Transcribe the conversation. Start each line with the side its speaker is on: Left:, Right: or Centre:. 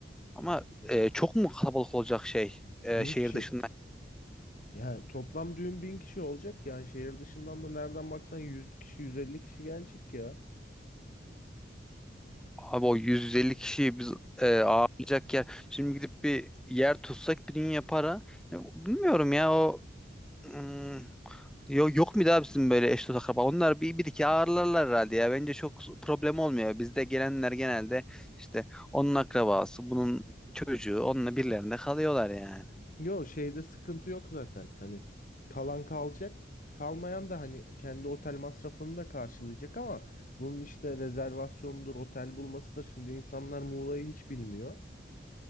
Centre: Ama e, çok mu kalabalık olacak şey e,
Left: Bin
Centre: şehir
Left: kişi.
Centre: dışından?
Left: Yani toplam düğün bin kişi olacak. Yani şehir dışından da nereden baksan 100 kişi 150 kişi gelecek ya.
Centre: Abi o 150 kişiyi biz e, ağırlayacak yer. Şimdi gidip bir yer tutsak bir dünya para. Yani bilmiyorum ya o hmm, Yok, yok mu daha bizim böyle eş dost akraba? Onlar bir, bir iki ağırlarlar herhalde ya. Bence çok problem olmuyor. Bizde gelenler genelde işte onun akrabası, bunun çocuğu, onunla birilerinde kalıyorlar yani.
Left: Yo şeyde sıkıntı yok zaten. Hani kalan kalacak. Kalmayan da hani kendi otel masrafını da karşılayacak ama bunun işte rezervasyonudur, otel bulmasıdır. Şimdi insanlar Muğla'yı hiç bilmiyor.